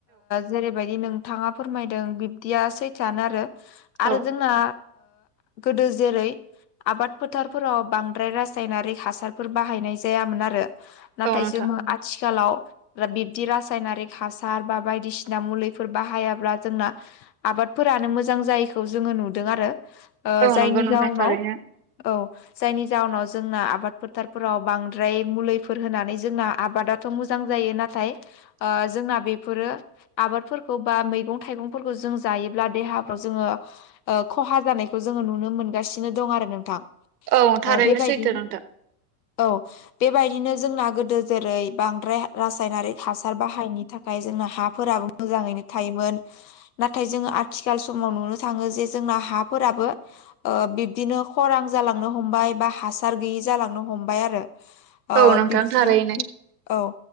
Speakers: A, on the left; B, on the right.
A: जेरैबायदि नोंथाङा फोरमायदों बिब्दिया सैथोआनो आरो आरो
B: औ
A: जोंना गोदो जेरै आबाद फोथारफोराव बांद्राय रासायनारि हासारफोर बाहायनाय जायामोन आरो नाथाय
B: औ नोंथां
A: जोङो आथिखालाव बिबदि रासायनारिक हासार बा बायदिसिना दा मुलिफोर बाहायाब्ला जोंना आबादफोरानो मोजां जायैखौ जोङो नुदों आरो
B: औ
A: जायनि
B: नंगौ नोंथां
A: जाउनाव
B: थारैनो
A: औ जायनि जाहोनाव जोंना आबाद फोथारफोराव बांद्राय मुलिफोर होनानै जोंना आबादा थ' मोजां जायो नाथाय जोंना बेफोरो आबादफोरखौ बा मैगं थाइगंफोरखौ जों जायोब्ला देहाफ्राव जोङो खहा जानायखौ जोङो नुनो मोनगासिनो दं आरो नोंथां
B: औ थारैनो
A: बेबायदिनो
B: सैथो नोंथां
A: औ बेबायदिनो जोंना गोदो जेरै बांद्राय रासायनारिक हासार बाहायिनि थाखाय जोंना हाफोराबो मोजाङैनो थायोमोन नाथाय जोङो आथिखाल समाव नुनो थाङो जे जोंना हाफोराबो बिब्दिनो खरां जालांनो हमबाय बा हासार गैयि जालांनो हमबाय आरो
B: औ नोंथां
A: बिबदिनो
B: थारैनो
A: औ